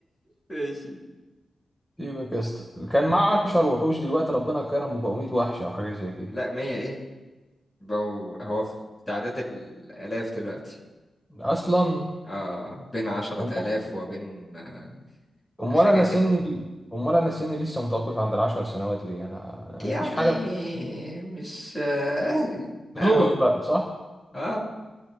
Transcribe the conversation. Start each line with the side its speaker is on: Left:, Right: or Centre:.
Left: ماشي
Centre: سيبك يا اسطى كان معاه 10 وحوش دلوقتي ربنا كرمه بقوا 100 وحشه او حاجه زي كده
Left: لا مية ايه بو... هو في تعداد الالاف دلوقتي
Centre: اصلا
Left: اه بين عشرة
Centre: هم
Left: آلاف وبين آه،
Centre: امال
Left: حاجة
Centre: انا
Left: كده
Centre: سني امال انا سني لسه متوقف عند العشر سنوات ليه انا انا
Left: يعني
Centre: مفيش حاجه اتغيرت.
Left: مش آه، <laughs> اهو
Centre: زوز بقى صح
Left: اه